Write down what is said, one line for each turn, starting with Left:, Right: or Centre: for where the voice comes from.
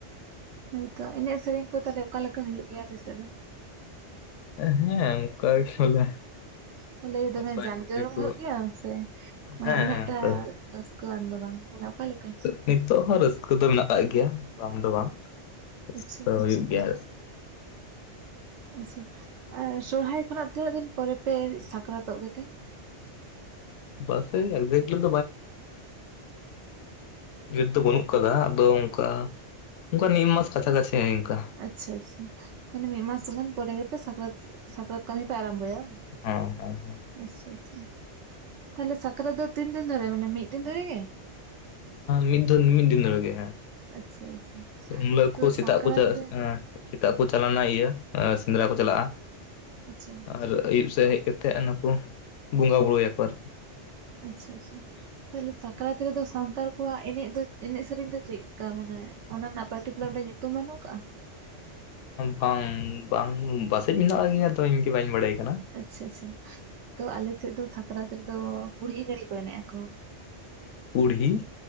Right: ᱦᱳᱭᱛᱚ ᱮᱱᱮᱡ ᱥᱮᱨᱮᱧ ᱠᱚ ᱛᱟᱦᱚᱞᱮ ᱚᱠᱟᱞᱮᱠᱟ ᱦᱩᱭᱩᱜ ᱜᱮᱭᱟ ᱟᱯᱮ ᱥᱮᱫ ᱫᱚ?
Left: ᱦᱮᱸ ᱚᱱᱠᱟᱜᱮ ᱵᱚᱞᱮ,
Right: ᱵᱚᱞᱮ ᱫᱚᱢᱮ
Left: ᱱᱟᱯᱟᱭ
Right: ᱡᱟᱱ ᱡᱚᱨᱚᱢ
Left: ᱜᱮ ᱠᱚ
Right: ᱦᱩᱭᱩᱜ ᱜᱮᱭᱟ ᱥᱮ ᱢᱟᱱᱮ
Left: ᱦᱮᱸ
Right: ᱩᱱᱟᱹᱜᱴᱟ
Left: ᱚᱱᱠᱟ
Right: ᱨᱟᱹᱥ ᱼᱠᱟ. ᱟᱱᱫᱚ ᱵᱟᱝ ᱟᱱᱟ ᱚᱠᱟᱞᱮᱠᱟ?
Left: ᱱᱤᱛᱚᱜ ᱦᱚᱸ ᱨᱟᱹᱥᱠᱟᱹ ᱫᱚ ᱢᱮᱱᱟᱜ ᱠᱟᱜ ᱜᱮᱭᱟ ᱵᱟᱝ ᱫᱚ ᱵᱟᱝ ᱨᱟᱹᱥᱠᱟᱹ
Right: ᱟᱪᱪᱷᱟ
Left: ᱫᱚ ᱦᱩᱭᱩᱜ ᱜᱮᱭᱟ᱾
Right: ᱟᱪᱪᱷᱟ, ᱥᱚᱨᱦᱟᱭ ᱠᱷᱚᱱᱟᱜ ᱛᱤᱱᱟᱹᱜ ᱫᱤᱱ ᱯᱚᱨᱮ ᱯᱮ ᱥᱟᱠᱨᱟᱛᱚᱜ ᱜᱮᱛᱮ?
Left: ᱵᱟᱥᱮ <unintelligible> <inaudible> ᱫᱚ ᱵᱟᱹᱱᱩᱜ ᱟᱠᱟᱫᱟ ᱟᱫᱚ ᱚᱱᱠᱟ ᱚᱱᱠᱟ ᱢᱤᱫ ᱢᱟᱥ ᱠᱟᱪᱷᱟ ᱠᱟᱪᱷᱤ ᱱᱝᱠᱟ,
Right: ᱟᱪᱪᱷᱟ ᱟᱪᱪᱷᱟ ᱢᱟᱱᱮ ᱢᱤᱫ ᱢᱟᱥ ᱜᱟᱱ ᱯᱚᱨᱮ ᱜᱮᱯᱮ ᱥᱟᱠᱨᱟ ᱥᱟᱠᱨᱟᱛ ᱠᱟᱹᱢᱤ ᱯᱮ ᱟᱨᱟᱢᱵᱚᱭᱟ ᱵᱟᱝ?
Left: ᱦᱩᱸ ᱦᱩᱸ᱾
Right: ᱟᱪᱪᱷᱟ ᱟᱪᱪᱷᱟ, ᱛᱟᱦᱞᱮ ᱥᱟᱠᱨᱟᱛ ᱫᱚ ᱛᱤᱱᱫᱤᱱ ᱫᱷᱟᱨᱮ ᱢᱟᱱᱮ ᱢᱤᱫ ᱫᱤᱱ ᱫᱷᱟᱨᱮ ᱜᱮ?
Left: ᱢᱤᱫ ᱫᱚ ᱢᱤᱫ ᱫᱤᱱ ᱨᱮᱜᱮ ᱦᱮᱸ,
Right: ᱟᱪᱪᱷᱟ ᱟᱪᱪᱷᱟ
Left: ᱩᱱᱤᱞᱳᱜ
Right: ᱛᱚ
Left: ᱠᱚ ᱥᱮᱛᱟᱜ
Right: ᱥᱟᱠᱨᱟᱛ
Left: ᱠᱚ ᱪᱟᱞᱟᱜ
Right: ᱨᱮ
Left: ᱥᱮᱛᱟᱜ ᱠᱚ ᱪᱟᱞᱟᱣᱱᱟ ᱤᱭᱟᱹ ᱥᱮᱸᱫᱽᱨᱟ ᱠᱚ ᱪᱟᱞᱟᱜᱼᱟ,
Right: ᱟᱪᱪᱷᱟ᱾
Left: ᱟᱨ ᱟᱭᱩᱵ ᱥᱮᱫ ᱦᱮᱡ ᱠᱟᱛᱮᱜ ᱱᱟᱠᱚ ᱵᱚᱸᱜᱟ ᱵᱩᱨᱩᱭ ᱭᱟᱠᱚ ᱟᱨᱠᱤ᱾
Right: ᱟᱪᱷᱟ ᱟᱪᱷᱟ, ᱛᱟᱦᱞᱮ ᱥᱟᱠᱨᱟᱛ ᱨᱮᱫᱚ ᱥᱟᱱᱛᱟᱲ ᱠᱚᱣᱟᱜ ᱮᱱᱮᱡ ᱫᱚ ᱮᱱᱮᱡ ᱥᱮᱨᱮᱧ ᱫᱚ ᱪᱮᱫᱞᱮᱠᱟ ᱢᱟᱱᱮ ᱚᱱᱟ ᱨᱮᱱᱟᱜ ᱯᱟᱨᱴᱤᱠᱩᱞᱟᱨ ᱢᱤᱫᱴᱟᱝ ᱧᱩᱛᱩᱢ ᱵᱟᱹᱱᱩᱜ ᱟᱠᱟᱜᱼᱟ?
Left: ᱵᱟᱝ ᱵᱟᱝ ᱯᱟᱥᱮᱡ ᱢᱮᱱᱟᱜ ᱜᱮᱭᱟ ᱛᱚ ᱤᱧ ᱜᱮ ᱵᱟᱹᱧ ᱵᱟᱲᱟᱭ ᱠᱟᱱᱟ᱾
Right: ᱟᱪᱪᱷᱟ ᱟᱪᱪᱷᱟ, ᱛᱚ ᱟᱞᱮ ᱥᱮᱫ ᱫᱚ ᱥᱟᱠᱨᱟᱛ ᱨᱮᱫᱚ ᱵᱩᱲᱦᱤ ᱜᱟᱹᱰᱤ ᱠᱚ ᱮᱱᱮᱡ ᱟᱠᱚ᱾
Left: ᱵᱩᱲᱦᱤ